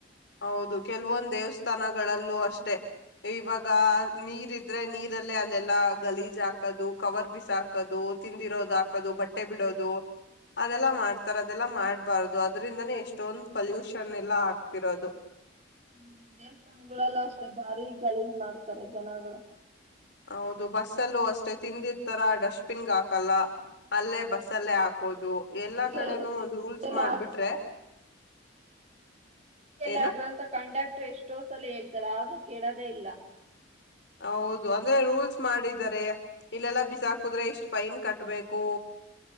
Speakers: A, on the left (about 60°); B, on the right (about 35°).
A: ಹೌದು ಕೆಲವೊಂದ ದೇವಸ್ಥಾನಗಳಲ್ಲೂ ಅಷ್ಟೆ ಇವಾಗ ನೀರ್ ಇದ್ರೆ ನೀರಲ್ಲೇ ಅಲ್ಲೆಲ್ಲಾ ಗಲೀಜ್ ಹಾಕೋದು ಕವರ್ ಬಿಸ ಹಾಕದು ತಿಂದಿರೋದು ಹಾಕೋದು ಬಟ್ಟೆ ಬಿಡೋದು ಅದೆಲ್ಲಾ ಮಾಡ್ತಾರ ಅದೆಲ್ಲಾ ಮಾಡ್ಬಾರ್ದು ಅದ್ರಿಂದನೇ ಎಷ್ಟೊಂದ ಪಲ್ಯೂಷನ್ ಎಲ್ಲ ಇರೋದು.
B: ್ಮ ದೇವಸ್ಥಾನಗಳೆಲ್ಲ ಅಷ್ಟೇ ಭಾರಿ ಗಲೀಜು ಮಾಡ್ತಾರೆ ಜನಗಳು.
A: ಹೌದು ಬಸ್ಸಲ್ಲೂ ಅಷ್ಟೇ ತಿಂದಿರ್ತಾರ ಡಸ್ಟ್ಬಿನ್ಗೆ ಹಾಕಲ್ಲ ಅಲ್ಲೇ ಬಸ್ಲ್ಲೇ ಹಾಕ್ ಹಾಕೋದು ಎಲ್ಲಾ
B: ಕಿಟ್ಕಿ
A: ಕಡೆನೂ
B: ಇರುತ್ತೆ
A: ಒಂದು
B: ಕಿಟ್ಕಿಯಲ್ಲಿ
A: ರೂಲ್ಸ್ ಮಾಡ್ಬಿಟ್ರೆ
B: <unintelligible>
A: ಏನು
B: ಹಾಕ ಅಂತ ಕಂಡಕ್ಟರ್ ಎಷ್ಟೋ ಸಲ ಹೇಳ್ತಾರ ಅದ್ರು ಕೇಳದೇ ಇಲ್ಲ.
A: ಹೌದು ಅಂದ್ರೆ ರೂಲ್ಸ್ ಮಾಡಿದ್ದಾರೆ ಇಲ್ಲೆಲ್ಲಾ ಬಿಸಾಕುದ್ರೆ ಇಷ್ಟ್ ಫೈನ್ ಕಟ್ಬೇಕು.